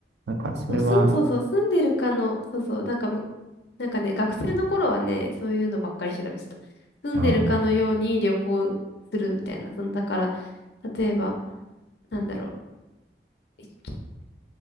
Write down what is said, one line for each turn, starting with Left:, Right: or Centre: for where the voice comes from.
Right: なんかそれは、
Left: そう、すん、そうそう、住んでるかの、そうそう、なんかむ、なんかね、学生の頃はね、そういうのばっかり調べてた。住んでるかのように旅行するみたいな。
Right: うん、
Left: その、だから、例えば、なんだろう、いと